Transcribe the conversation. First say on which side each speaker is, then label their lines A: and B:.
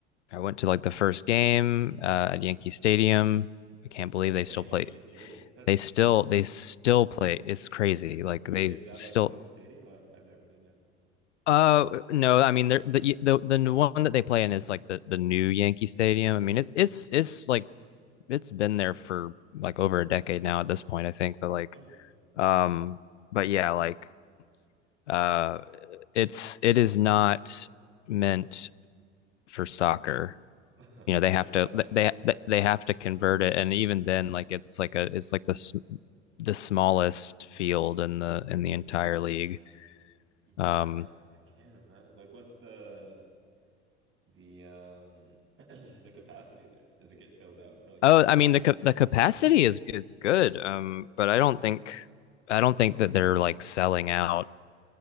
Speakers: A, on the left; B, on the right.
A: I went to like the first game uh, at Yankee Stadium. I can't believe
B: Oh, they
A: they
B: play
A: still
B: at Yankee
A: play.
B: Stadium. <laughs> That's
A: They
B: crazy.
A: still they still play. It's crazy.
B: <laughs>
A: Like they
B: Wait, is that
A: still
B: like an old stadium? I've, I've never been there.
A: Uh, no, I mean they're, the the the one that they play in is like the the new Yankee Stadium.
B: Mm.
A: I mean it's it's it's like it's been there for like over a decade now at this point, I think. But like,
B: Okay.
A: um, but yeah, like, uh, it's it is not meant for soccer.
B: <laughs> I
A: You know,
B: can
A: they have
B: imagine.
A: to they
B: <laughs>
A: they have to convert it, and even then, like it's like a it's like the the smallest field in the in the entire league.
B: Yeah,
A: Um,
B: I I can't imagine. Like, what's the the um <clears throat> the capacity there? Does it get filled out for like
A: Oh,
B: a game?
A: I mean the ca- the capacity is is good, um, but I don't think I don't think that they're like selling out.